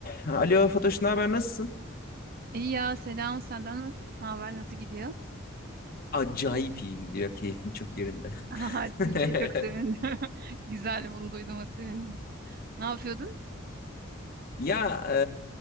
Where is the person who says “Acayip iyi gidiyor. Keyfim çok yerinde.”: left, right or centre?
Left